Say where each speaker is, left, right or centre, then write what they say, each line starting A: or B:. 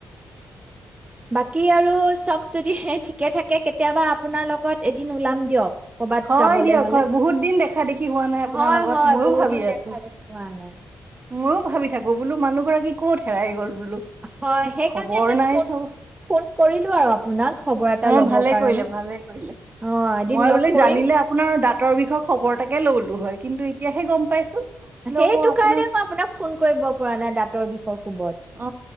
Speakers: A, on the right; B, on the right.
A: বাকী আৰু চব যদি ঠিকে থাকে কেতিয়াবা আপোনাৰ লগত এদিন ওলাম দিয়ক কৰ'বাত
B: হয়
A: যাবলে
B: দিয়ক
A: হলে
B: হয় বহুত দিন দেখা দেখি হোৱা নাই আপোনাৰ
A: হয়
B: লগত
A: হয়
B: ময়ো
A: বহুত
B: ভাবি
A: দিন
B: আছো
A: দেখা দেখি হোৱা নাই
B: ময়ো ভাবি থাকো বোলো মানুহগৰাক কি কত হেৰাই গ'ল বোলো
A: হয় সেইকাৰণে
B: খবৰ
A: এটা
B: নাই
A: ফোন
B: চব
A: ফোন কৰিলো আৰু আপোনাক খবৰ এটা
B: অ
A: ল'বৰ
B: ভালে
A: কাৰণে।
B: কৰিলে ভালে কৰিলে
A: অ', এদিন
B: মই
A: লগ
B: বোলে
A: কৰিম।
B: জানিলে আপোনাৰ দ তৰ বিষয়ে খবৰ এতাকে ললো হয় কিন্তু এতিয়াহে গম পাইছো বোলে
A: সেইটো
B: অ আপোনাৰ
A: কাৰণে মই আপোনাক ফোন কৰিব পৰা নাই দাঁতৰ বিষয় কব
B: অ